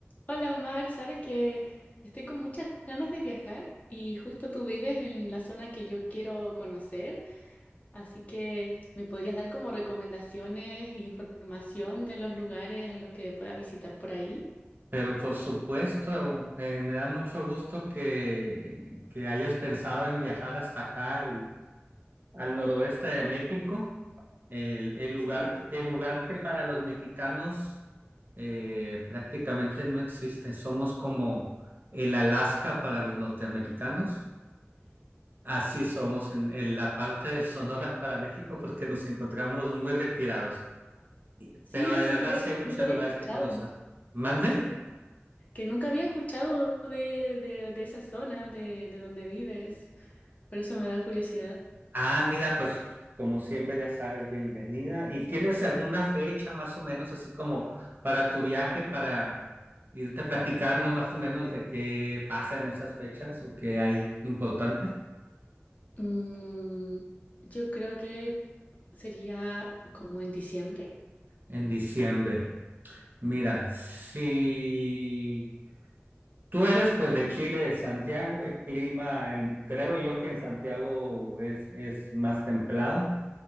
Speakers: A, on the left (about 35°); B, on the right (about 45°).
A: Hola Omar, sabes que estoy con muchas ganas de viajar y justo tú vives en la zona que yo quiero conocer, así que me podrías dar como recomendaciones e información de los lugares a los que pueda visitar por ahí.
B: Pero por supuesto, eh, me da mucho gusto que, que hayas pensado en viajar hasta acá, al, al noroeste de México, el, el
A: Sí,
B: lugar, el lugar que para los mexicanos eh, prácticamente no existe. Somos como el Alaska para los norteamericanos. Así somos en, en la parte de Sonora para México porque nos encontramos muy retirados.
A: Sí,
B: Pero
A: así
B: de verdad
A: ves,
B: sí hay muchos
A: nunca había
B: lugares
A: escuchado.
B: que conocer. ¿Mande?
A: Sí, que nunca había escuchado de, de- de esa zona, de, de donde vives, por eso me da curiosidad.
B: Ah, mira, pues como siempre ya sabes, bienvenida. ¿Y tienes alguna fecha más o menos así como para tu viaje, para irte platicando más o menos de qué pasa en esas fechas o qué hay importante
A: Mm, yo creo que sería como en diciembre.
B: en diciembre? Mira, si tú eres pues de Chile, de Santiago, el clima, en- creo yo que en Santiago es, es más templado.